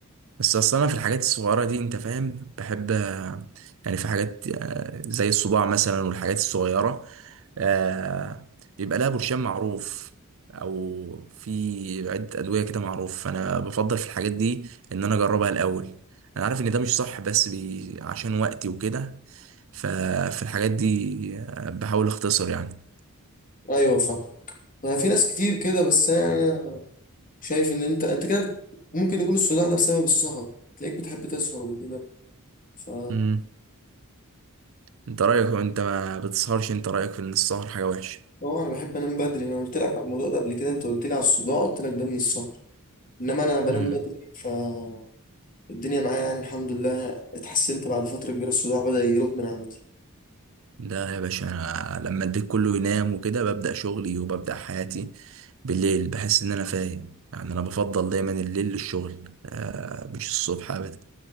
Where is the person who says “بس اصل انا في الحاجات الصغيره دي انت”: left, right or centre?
Right